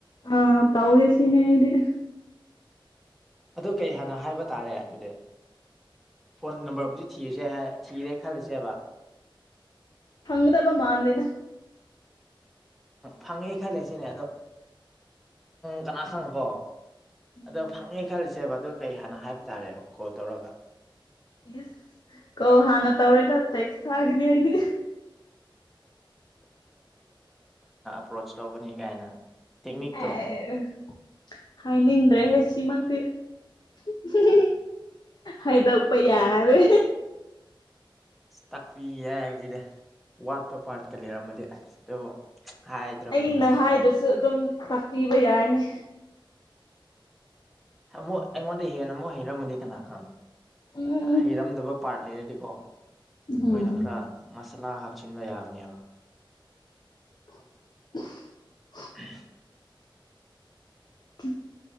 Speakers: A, on the left (about 50°); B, in the centre.
A: ꯑ ꯇꯧꯋꯦꯁꯤꯅꯦꯦ ꯍꯥꯏꯗꯤꯦ
B: ꯑꯗꯨ ꯀꯩ ꯍꯥꯏꯥꯟꯅ ꯍꯥꯏꯕ ꯇꯥꯔꯦ ꯑꯗꯨꯗꯤ ꯐꯣꯟ ꯅꯝꯕꯔꯕꯨꯗꯤ ꯊꯤꯔꯁꯦ ꯊꯤꯔꯦ ꯈꯂꯁꯦꯕ
A: ꯐꯪꯒꯗ ꯄ ꯃꯥꯥꯟꯗꯅ
B: ꯐꯪꯉꯦ ꯈꯜꯂꯦ ꯁꯤꯅꯦ ꯑꯗꯣꯪ ꯀꯅꯥ ꯈꯪꯉꯀꯣ
A: ꯎꯝ
B: ꯑꯗꯣ ꯐꯪꯉꯦ ꯈꯜꯂꯤꯁꯦꯕ ꯑꯗꯨ ꯀꯩ ꯍꯥꯟꯅ ꯍꯥꯏꯕ ꯇꯥꯔꯦ ꯀꯣꯜ ꯇꯧꯔꯒ
A: ꯏꯁ ꯀꯧ ꯍꯥꯟꯅ ꯇꯧꯔꯣꯏꯗ ꯇꯦꯛꯁ ꯊꯥꯒꯅꯤ ꯑꯩꯗꯤ
B: ꯄ꯭ꯔꯣꯁ ꯇꯧꯒꯅꯤ ꯀꯥꯏꯅ ꯇꯦꯛꯅꯤꯛꯇꯣ
A: ꯑꯦ ꯍꯥꯏꯅꯤꯡꯗ꯭ꯔꯦ ꯍꯦ ꯁꯤꯃꯛꯇꯛꯇꯤ ꯍꯥꯏꯗꯄꯩ ꯌꯥꯔꯦ
B: ꯇꯥꯛꯄꯤ ꯌꯥꯏ ꯍꯥꯏꯕꯁꯤꯗ ꯋꯥꯠꯄ ꯄꯥꯠꯀ ꯂꯩꯔꯝꯃꯗꯤꯁ ꯑꯗꯨꯕꯨ ꯍꯥꯏꯗ꯭ꯔꯕꯅꯤꯅ
A: ꯑꯩꯅ ꯍꯥꯏꯗ꯭ꯔꯁꯨ
B: ꯍꯣꯏ
A: ꯑꯗꯨꯝ ꯇꯥꯛꯄꯤꯕ ꯌꯥꯏꯅꯦ
B: ꯑꯩꯉꯣꯟ ꯑꯩ ꯍꯦꯟꯅ ꯑꯃꯨꯛ ꯍꯩꯔꯝꯃꯗꯤ ꯀꯅꯥ ꯈꯪ
A: ꯎꯝ
B: ꯍꯩꯔꯝꯗꯕ ꯄꯥꯔꯠ ꯂꯩꯔꯗꯤꯀꯣ ꯑꯩꯈꯣꯏꯅ
A: ꯎꯝ
B: ꯈꯔ ꯃꯁꯥꯂꯥ ꯍꯥꯞꯆꯤꯟꯕ ꯌꯥꯕꯅꯦꯕ
A: ꯎꯞ
B: ꯑꯍꯦ
A: ꯎ